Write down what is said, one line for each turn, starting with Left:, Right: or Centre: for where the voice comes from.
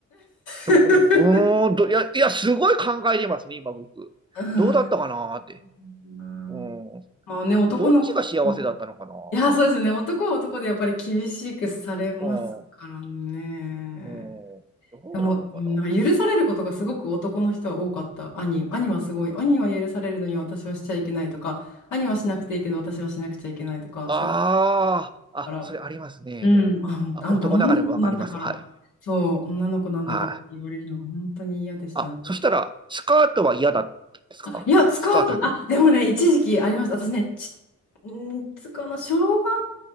Right: でも、
Left: <laughs>
Right: うーんと、いや、いや、すごい考えてますね、今僕。
Left: うん。
Right: どうだったかなーって。
Left: うん
Right: うん。
Left: まあね、男の子も、
Right: どっちが幸せだったのかなーとね。
Left: いや、そうですね、男は男でやっぱり厳しくされますからね。
Right: うん。うん。どうなのかな。
Left: でも、うんなんか許されることがすごく男の人は多かった。兄、兄はすごい。兄は許されるのに私はしちゃいけないとか、兄はしなくていいけど私はしなくちゃいけないとか、
Right: ああ、
Left: そういうこと
Right: あ、
Left: だから、
Right: それありますね。
Left: うん、あ、
Right: あ、
Left: あんた女の子なんだから、
Right: 男ながらもわかります。はい。
Left: そう、女の子なんだからって言われるのが本当に嫌でしたね。
Right: はい。あ、そしたら、スカートは嫌だったんですかスカート履くの。
Left: いや、スカート、あ、でもね、一時期ありました。私ね、ち、んーつかな、小学